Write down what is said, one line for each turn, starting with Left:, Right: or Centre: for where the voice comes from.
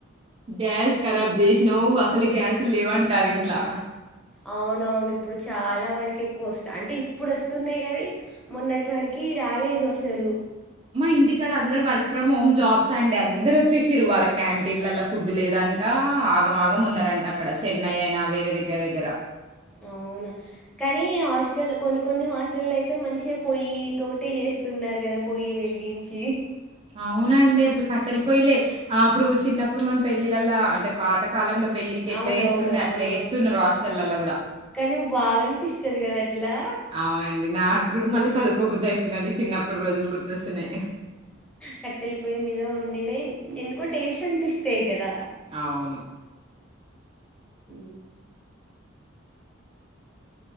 Right: గ్యాస్ కరాబ్ చేసినవు అసలే గ్యాస్ లేవంటారు ఇంట్లా
Centre: అవునవును ఇప్పుడు చాలా వరకు ఎక్కువ వస్తా అంటే ఇప్పుడు వస్తున్నాయి కానీ మొన్నటి వరకి రాలేదు అసలు
Right: మా ఇంటికాడ అందరు వర్క్ ఫ్రమ్ హోమ్ జాబ్స్ అండి అందరు వచ్చేసిరు వాల్ల క్యాంటీన్ లా ఫుడ్ లేదంటా అగం ఆగం మున్నర అంట అక్కడ చె ఉన్నాయన వేరే దగ్గర దగ్గర
Centre: అవునా కానీ హాస్టల్ కొన్ని కొన్ని హాస్టల్ అయితే మంచిగా పొయ్యి తోటే చేస్తున్నారు కదా పొయ్యి వెలిగించి
Right: అవునండి అసలు కట్టెల పోయలే అప్పుడు చిన్నప్పుడు మనం పెళ్ళిలళ్ళ అంటే పాత కాలంలో పెళ్ళికి ఎట్లా
Centre: అవునవును
Right: చేస్తుండే అట్లా
Centre: ఆ
Right: చేస్తున్నారు హాస్టల్లల్ల గూడా.
Centre: కానీ బాగా అనిపిస్తుంది కదా అట్లా
Right: అవునండి నాకు గూడా మళ్ళీ చదుకోబుద్ద అయి అంటే చిన్నప్పుడు రోజులు గుర్తొస్తున్నాయి
Centre: కట్టెల పొయ్యి మీద వండినయి ఎందుకో టేస్ట్ అనిపిస్తాయి గదా!
Right: అవును
Centre: అ